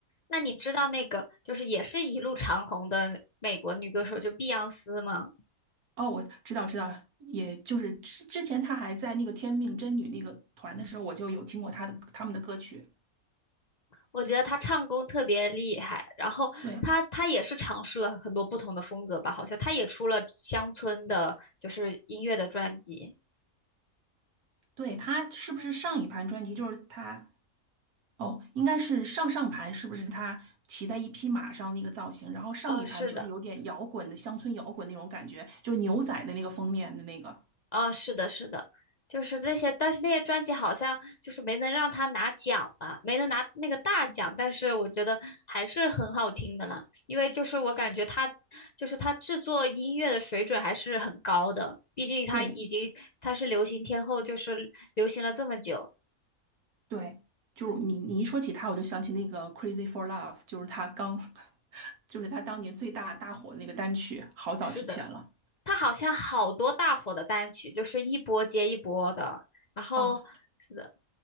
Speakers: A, on the left (about 55°); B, on the right (about 85°).
A: 那你知道那个就是也是一路长红的美国女歌手，就碧昂斯吗？
B: 哦，我知道知道，也就是之之前她还在那个天命真女那个团的时候，我就有听过她的他们的歌曲，
A: 我觉得她唱功特别厉害，然后她她也是尝试了很多不同的风格吧，
B: 对，
A: 好像她也出了乡村的，就是音乐的专辑。
B: 对，他是不是上一盘专辑就是他？哦，应该是上上盘，是不是他骑在一匹马上那个造型？然后上一盘就是有点摇滚的乡村摇滚那种感觉，
A: 呃，是的。
B: 就是牛仔的那个封面的那个。
A: 啊、是的，是的，就是那些，但是那些专辑好像就是没能让他拿奖吧，没能拿那个大奖，但是我觉得还是很好听的啦，因为就是我感觉他，就是他制作音乐的水准还是很高的，毕竟他已经他是流行天后，
B: 对
A: 就是流行了这么久。
B: 对，就是你你一说起他，我就想起那个《Crazy for Love》，就是他刚，<laughs> 就是他当年最大大火的那个单曲，好早之前了
A: 是的，他好像好多大火的单曲，就是一波接一波的，然后。
B: 啊。
A: 是的。